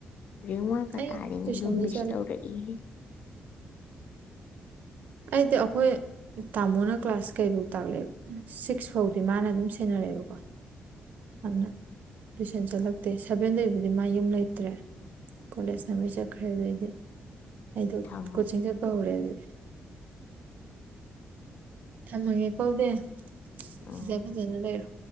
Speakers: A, on the left; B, on the right.
A: ꯔꯦꯡ ꯋꯥꯟꯒ
B: ꯑꯩ
A: ꯇꯥꯔꯤꯉꯩꯗꯣ
B: ꯇꯨꯏꯁꯟꯗꯤ
A: ꯃꯤꯁ
B: ꯆꯠꯂꯦ
A: ꯇꯧꯔꯛꯏꯍꯦ
B: ꯑꯩꯗꯤ ꯑꯩꯈꯣꯏ ꯇꯥꯃꯣꯅ ꯀ꯭ꯂꯥꯁ ꯀꯩ ꯐꯧ ꯇꯥꯛꯂꯛꯦꯕ ꯁꯤꯛꯁ ꯐꯥꯎꯗꯤ ꯃꯥꯅ ꯑꯗꯨꯝ ꯁꯦꯟꯅꯔꯛꯑꯦꯕꯀꯣ ꯑꯗꯨꯅ ꯇꯨꯏꯁꯟ ꯆꯠꯂꯛꯇꯦ ꯁꯚꯦꯟꯗꯒꯤ ꯕꯨꯗꯤ ꯃꯥ ꯌꯨꯝ ꯂꯩꯇ꯭ꯔꯦ ꯀꯣꯂꯦꯖꯇꯂꯣꯏ ꯆꯠꯈ꯭ꯔꯦ ꯑꯗꯨꯗꯩꯗꯤ ꯑꯩꯗꯣ
A: ꯊꯝꯃꯣ
B: ꯀꯣꯆꯤꯡ ꯆꯠꯄ ꯍꯧꯔꯦ ꯑꯗꯨꯗꯤ ꯊꯝꯃꯒꯦ ꯀꯧꯗꯦ
A: ꯎꯝ
B: ꯐꯖ ꯐꯖꯅ ꯂꯩꯔꯣ